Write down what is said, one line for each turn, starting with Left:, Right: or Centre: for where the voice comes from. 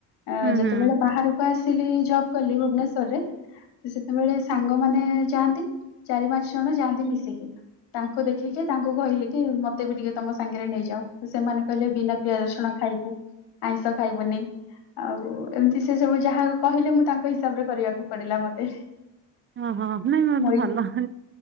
Left: ଆ
Right: ହୁଁ
Left: ଯେତେବେଳେ
Right: ହୁଁ
Left: ବାହାରକୁ ଆସିଲି ଜବ୍ କଲି ଭୁବନେଶ୍ଵରରେ ସେତେବେଳେ ସାଙ୍ଗମାନେ ଯାଆନ୍ତି ଚାରି ପାଞ୍ଚ ଜଣ ଯାଆନ୍ତି ମିଶିକି। ତାଙ୍କୁ ଦେଖିକି ତାଙ୍କୁ କହିଲି କି ମତେ ବି ଟିକେ ତମ ସାଙ୍ଗରେ ନେଇଯାଅ। ସେମାନେ କହିଲେ ବିନା ପିଆଜ ରସୁଣ ଖାଇବୁ ଆଇଁଷ ଖାଇବୁନି। ଆଉ ଏମତି ସେ ସବୁ ଯାହା କହିଲେ ମୁଁ ତାଙ୍କ ହିସାବରେ କରିବାକୁ ପଡିଲା ମତେ।
Right: ଓହୋ ନାଇଁ ବହୁତୁ
Left: ମୋ ଇ
Right: ଭଲ।